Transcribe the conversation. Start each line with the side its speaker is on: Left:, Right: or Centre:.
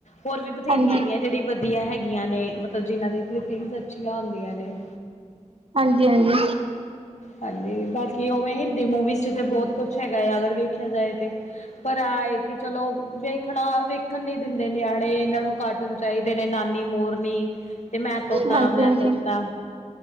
Left: ਹੋਰ ਵੀ ਬਥੇਰੀਆਂ
Right: ਹਾਂਜੀ।
Left: ਹੈਗੀ ਜਿਹੜੀ ਵਧੀਆ ਹੈਗੀਆਂ ਨੇ ਮਤਲਬ ਜਿਨ੍ਹਾਂ ਦੇ ਫਲਿਪਿੰਗਸ ਅੱਛੀਆਂ ਹੁੰਦੀਆਂ ਨੇ
Right: ਹਾਂਜੀ ਹਾਂਜੀ
Left: ਹਾਂਜੀ ਬਾਕੀ ਉਵੇਂ ਹਿੰਦੀ ਮੂਵੀਜ਼ 'ਚ ਤੇ ਬਹੁਤ ਕੁਛ ਹੈਗਾ ਆ ਅਗਰ ਵੇਖਿਆ ਜਾਏ ਤੇ ਪਰ ਆ ਕਿ ਚਲੋ ਵੇਖਣਾ ਵੇਖਣ ਨੀ ਦਿੰਦੇ ਨਿਆਣੇ ਇਹਨਾਂ ਨੂੰ ਕਾਟੂ ਉਹਨੂੰ ਚਾਹੀਦੇ ਨੇ ਨਾਨੀ ਮੋਰਨੀ ਤੇ ਮੈਂ ਤੋਤਾ
Right: ਹਾਂਜੀ
Left: ਮੈਂ
Right: ਹਾਂਜੀ।
Left: ਤੋਤਾ